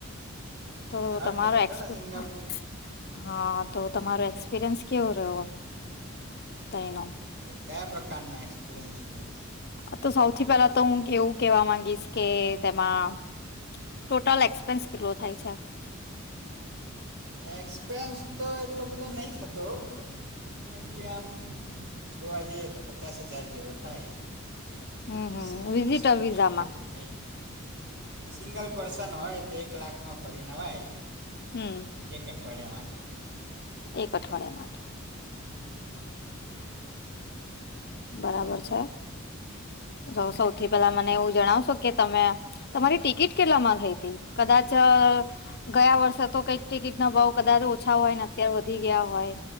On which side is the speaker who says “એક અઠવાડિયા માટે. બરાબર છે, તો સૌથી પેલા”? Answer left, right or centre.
Left